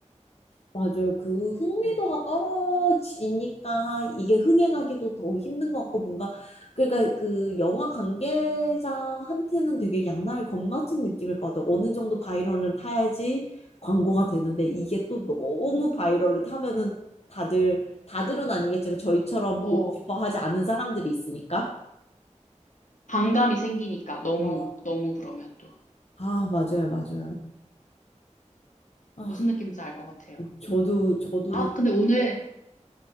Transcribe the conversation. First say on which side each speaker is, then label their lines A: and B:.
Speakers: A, on the left; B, on the left.
A: 맞아요. 그 흥미도가
B: 음.
A: 떨어지니까 이게 흥행하기도 더 힘든 것 같고 뭔가 그러니까 그 영화 관계자한테는 되게 양날 검 같은 느낌일 것 같아요. 어느 정도 바이럴은 타야지 광고가 되는데 이게 또 너무 바이럴을 타면은 다들 다들은 아니겠지만 저희처럼
B: 어,
A: 보고 싶어 하지 않은 사람들이 있으니까.
B: 반감이 생기니까 너무
A: 어,
B: 너무 그러면 또
A: 아, 맞아요, 맞아요. 아,
B: 무슨 느낌인지 알 것 같아요.
A: 저도 저도
B: 아, 근데 오늘